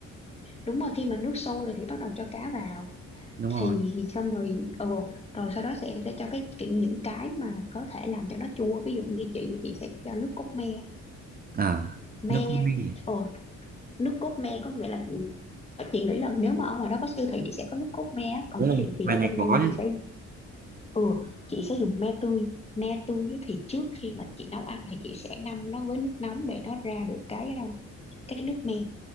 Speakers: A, on the left; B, on the right.
A: đúng rồi khi mà nước sôi rồi thì bắt đầu cho cá vào
B: đúng rồi
A: thì xong rồi ừ, rồi sau đó sẽ sẽ cho cái cái- những cái mà có thể làm cho nó chua ví dụ như chị chị sẽ cho nước cốt me
B: à
A: me
B: nước cốt minh
A: ờ, nước cốt me có nghĩa là ừ, chị nghĩ là nếu mà ở ngoài đó có siêu thị thì sẽ có nước cốt me á. còn
B: đúng rồi
A: chị thì
B: ngoài
A: ở
B: này
A: trong đây
B: có
A: thì
B: nhé
A: chị sẽ ừ chị sẽ dùng me tươi me tươi á thì trước khi mà chị nấu ăn thì chị sẽ ngâm nó với nước nóng để nó ra được cái ờ, cái nước me